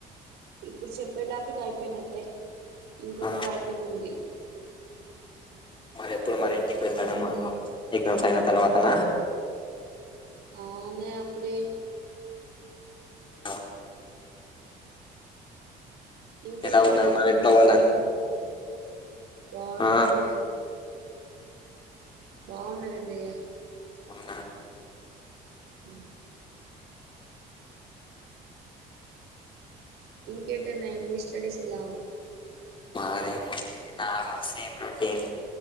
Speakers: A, on the right; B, on the left.
A: ఇప్పుడు చెప్పే టాపిక్ అయిపోయినట్టే. ఇంకొక
B: ఆ,
A: టాపిక్ ఉంది
B: ఇప్పుడు మరి ఇంటికి వెళ్ళాడంమ నావు ఎగ్జామ్స్ అయిన తర్వాత నా.
A: ఆ అన్నయ్య అప్పుడ ఈగ
B: ఆ
A: ఇంకేంటన్నయ్య
B: ఎలా ఉన్నారు
A: మరి
B: ఇంట్లో
A: స్టడీస్
B: వాళ్ళంతా
A: ఎలా ఉన్నాయి బాన్నరన్న
B: ఆ,
A: బాగున్నారున్నయ్య
B: అవునా
A: హ ఇంకేంటన్నయ్య మీ స్టడీస్ ఎలా ఉన్నాయి.
B: మాదేమ నార్మల్ సన్ రొటీన్